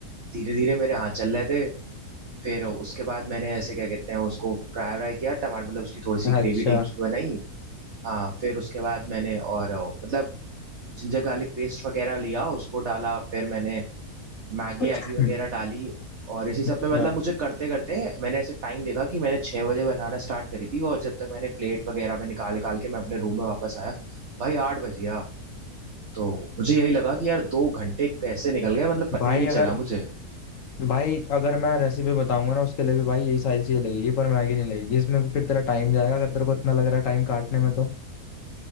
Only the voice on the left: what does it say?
अच्छा
<clears throat>
क्या
भाई
अगर
भाई अगर मैं रेसिपी बताऊंगा ना उसके लिए भी भाई यही सारी चीजें लगेगी पर मैगी नहीं लगेगी इसमें भी फिर तेरा टाइम जाएगा अगर तेरे को इतना लग रहा है टाइम काटने में तो